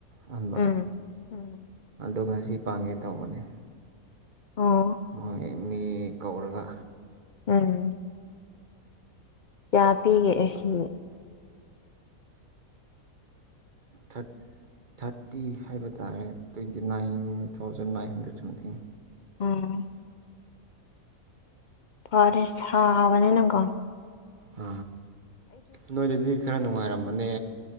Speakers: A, on the right (about 35°); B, on the left (about 70°).
A: ꯍꯟꯕ
B: ꯎꯝ ꯎꯝ
A: ꯑꯗꯨꯒ ꯁꯤ ꯄꯥꯡꯉꯦ ꯇꯧꯕꯅꯦ
B: ꯑꯣ
A: ꯃꯣꯏ ꯃꯤ ꯀꯧꯔꯒ
B: ꯎꯝ ꯀꯌꯥ ꯄꯤꯒꯦꯦ ꯁꯤꯗꯣ
A: ꯊꯠ ꯊꯥꯔꯇꯤ ꯍꯥꯏꯕ ꯇꯥꯔꯦ twenty nine thousand nine hundred something
B: ꯑꯣ ꯐꯔꯦꯁ ꯍꯕꯅꯤ ꯅ ꯀꯣ
A: ꯑ ꯅꯣꯏꯗꯗꯤ ꯈꯔ ꯅꯨꯡꯉꯥꯏꯔꯝꯕꯅꯦ